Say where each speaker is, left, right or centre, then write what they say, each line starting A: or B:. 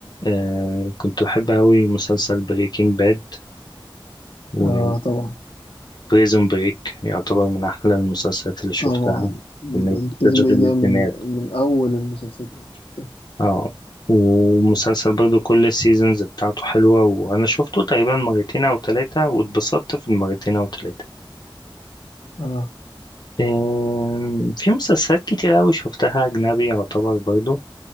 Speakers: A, on the left (about 50°); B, on the left (about 80°).
A: آه كنت بحب أوي مسلسل بريكنج باد و
B: اه طبعا
A: بريزون بريك يعتبر من أحلى المسلسلات اللي شفتها
B: طبعا
A: كمية
B: بريزن
A: تشغيل
B: بريك ده
A: الدماغ
B: من من اول المسلسلات اللي انا شفتها
A: اه ومسلسل برضو كل السيزونز بتاعته حلوة وأنا شفته تقريبا مرتين أو تلاتة واتبسطت في المرتين أو تلاتة
B: اه
A: آم، في مسلسلات كتير أوي شفتها أجنبي يعتبر برضو